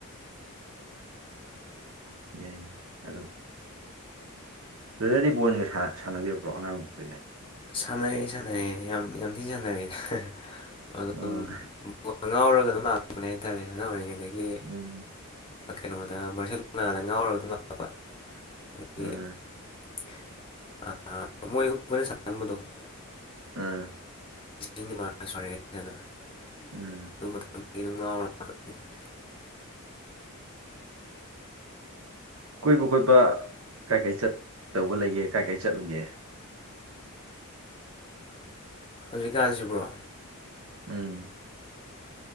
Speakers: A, on the right (about 65°); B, on the left (about 25°).
A: ꯌꯥꯏ ꯑꯗꯨꯝ ꯕ꯭ꯔꯥꯗꯔꯗꯤ ꯕꯣꯜꯒ ꯁꯥꯟꯅꯕꯤꯔꯛꯄ꯭ꯔꯣ ꯑꯉꯥꯡ ꯑꯣꯏꯔꯤꯉꯩꯗ
B: ꯁꯥꯟꯅꯔꯛꯑꯦ ꯁꯥꯟꯅꯔꯛꯑꯦ ꯌꯥꯝ ꯌꯥꯝ ꯊꯤꯅ ꯁꯥꯟꯅꯔꯛꯑꯦꯗ ꯑꯗꯨꯝ
A: ꯑꯣ
B: ꯉꯥꯎꯔꯒ ꯑꯗꯨꯝ ꯂꯥꯛꯄꯅꯦ ꯍꯥꯏꯇꯥꯔꯦ ꯑꯉꯥꯡ ꯑꯣꯏꯔꯤꯉꯩꯗꯒꯤ
A: ꯎꯝ
B: ꯀꯩꯅꯣꯗ ꯕꯥꯔꯁꯦꯂꯣꯅꯥꯗ ꯉꯥꯎꯔꯒ ꯂꯥꯛꯄ ꯑꯗꯒꯤ
A: ꯎꯝ
B: <inaudible>
A: ꯎꯝ
B: <unintelligible>
A: ꯎꯝ
B: ꯑꯗꯨ ꯃꯇꯝ <unintelligible>
A: ꯀꯣꯏꯕ ꯈꯣꯠꯄ ꯀꯥꯏ ꯀꯥꯏ ꯆꯠꯇꯧꯕ ꯂꯩꯒꯦ ꯀꯥꯏ ꯀꯥꯢ ꯆꯠꯂꯨꯒꯦ
B: ꯍꯧꯖꯤꯛꯀꯥꯟꯁꯤꯕ꯭ꯔꯣ
A: ꯎꯝ